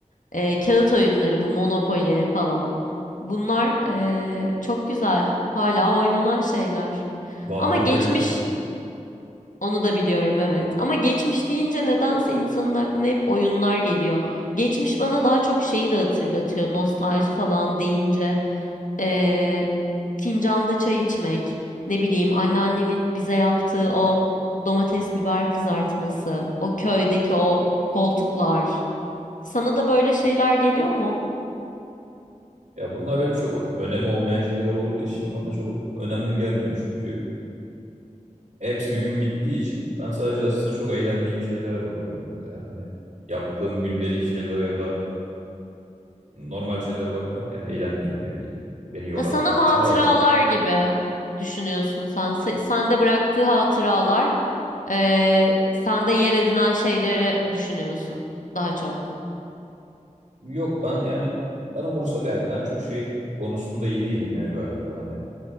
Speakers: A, on the left (about 80°); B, on the right (about 65°).
A: Ee, kağıt oyunları bu Monopoly falan. Bunlar ee, çok güzel. Hala oynanan şeyler.
B: Vampir
A: Ama geçmiş
B: köylü.
A: onu da biliyorum evet. Ama geçmiş deyince nedense insanın aklına hep oyunlar geliyor. Geçmiş bana daha çok şeyi de hatırlatıyor. Nostalji falan deyince. Ee, fincanda çay içmek. Ne bileyim anneannemin bize yaptığı o domates biber kızartması. O köydeki o koltuklar. Sana da böyle şeyler geliyor mu?
B: Ya bunlar benim çok önemi olmayan şeyler olduğu için bana çok önemli gelmiyor. Çünkü hepsi bir gün bittiği için ben sadece aslında çok eğlendiğim şeylere bakıyorum orada ya. Hani yaptığım gündelik şeylere ya da normal şeylere bakmak yerine eğlendiğim ne bileyim beni yoran
A: Ya sana hatıralar
B: bunlara bakıyorum.
A: gibi düşünüyorsun sen. Sen- Sende bıraktığı hatıralar, eee sende yer edinen şeyleri düşünüyorsun daha çok.
B: Yok ben yani ben umursa ben ben çok şey konusunda iyi değilim ya galiba hani